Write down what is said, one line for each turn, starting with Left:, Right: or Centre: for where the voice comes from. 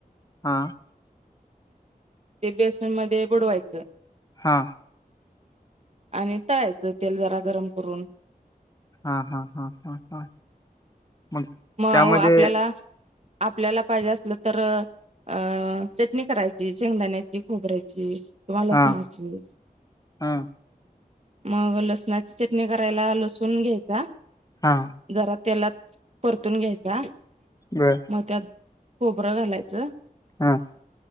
Left: हा
Right: ते बेसन मध्ये बुडवायचं
Left: हां
Right: आणि तळायचं तेल जरा गरम करून
Left: हा हा हा हा हा मग
Right: मग
Left: त्यामध्ये
Right: आपल्याला आपल्याला पाहिजे असलं तर अं चटणी करायची शेंगदाण्याची खोबऱ्यायची कम्हाला
Left: हा
Right: सुनाची
Left: हा
Right: मग लसणाची चटणी करायला लसून घ्यायचा
Left: हा
Right: जरा त्याला परतून घ्यायचा
Left: बर
Right: मग त्यात खोबरं घालायचं
Left: हम